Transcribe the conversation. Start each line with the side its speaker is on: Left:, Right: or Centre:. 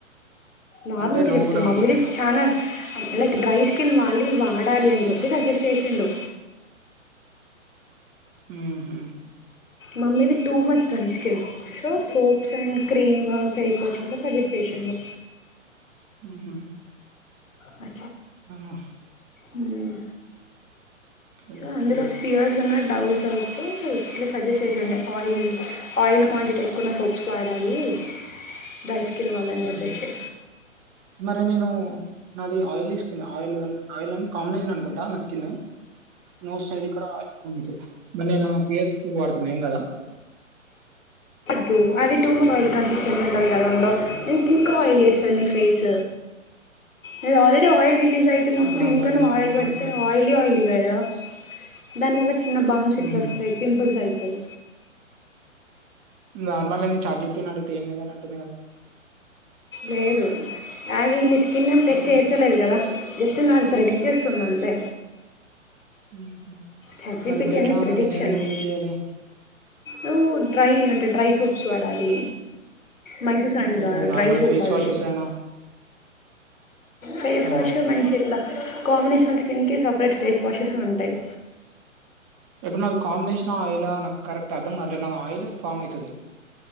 Left: నార్మల్గా
Right: అంటే నువ్వు
Left: చెప్త.
Right: కూడా
Left: మమ్మీది చాన లైక్ డ్రై స్కిన్ వాళ్ళు ఇవి వాడాలి అని చెప్పి సజెస్ట్ చేసిండు
Right: మ్ హు
Left: మమ్మీది too much dry skin so soaps and cream, face wash గిట్ల సజెస్ట్ చేసిండు.
Right: మ్ హు
Left: అ
Right: ఆహ
Left: మ్
Right: ఓకే.
Left: అందులో పియర్స్ అన్న డావ్ సోప్ ఇట్లా సజెస్ట్ చేసిండే ఆయిల్ ఆయిల్ క్వాంటిటీ ఎక్కువున్న సోప్స్ వాడాలి డ్రై స్కిన్ వాళ్ళని
Right: హ్మ్.
Left: చెప్పేసి
Right: మరి నేను నాది ఆయిలీ స్కిన్ ఆయిల్ అన్ ఆయిల్ అని కాంబినేషన్ అనుకుంటా నా స్కిన్ మోస్ట్ సైడ్ కి కూడా ఆయిల్ ఉంటది మరి నేను పి ఎస్ పి వాడుతన్నా ఏం కదా
Left: టూ అది ట్యూమర్ ఆయిల్ కన్సిస్టెంట్ ఉంటది అండి ఇంకా ఆయిల్ చేస్తది నీ ఫేస్ నిధి ఆల్రెడీ ఆయిల్ రిలీజ్ అయితున్నప్పుడు
Right: అవునా!
Left: ఇంకా
Right: మరి
Left: నువ్
Right: నేను
Left: ఆయిల్
Right: ఏది
Left: పెడితే
Right: వాడుతున్నా?
Left: ఆయిలీ ఆయిలీ కదా దానివల చిన్న బంప్స్
Right: హ్మ్.
Left: ఇట్లా వస్తయి పింపుల్స్ అయితాయి
Right: నార్మల్ నేను చాట్జిపిటి అడిగితే ఏం లేదని అంటుంది కదా
Left: లేదు అది నీ స్కిన్ ఏం టెస్ట్
Right: హ్మ్.
Left: చేస్తలేదు కదా జస్ట్ నకు ప్రెడిక్ట్ చేస్తుంది అంతే
Right: ఉహు
Left: చచ్చిపిటి
Right: మరి ఇప్పుడు ఎట్లా
Left: అన్ని ప్రెడిక్షన్స్
Right: మరి నేనేం యూజ్ చేయ్యాలి
Left: నువ్వు డ్రై అంటే డ్రై సోప్స్ వాడాలి మైసూర్ శాండల్
Right: అంటే ఇలా
Left: వాడు
Right: నార్మల్
Left: డ్రై సోప్
Right: ఫేస్
Left: ఆది
Right: వాషెస్ ఏనా?
Left: ఫేస్
Right: అవునా?
Left: వాష్ మంచిగా ఇట్ల కాంబినేషన్ స్కిన్ కి సప్ రేట్ ఫేస్ వాషెస్ ఉంటాయి
Right: ఇప్పుడు నాది కాంబినేషన్ ఆయిల్ నాకు కరెక్ట్ అర్థం కావట్లేదు నా ఆయిల్ ఫార్మ్ అయితుంది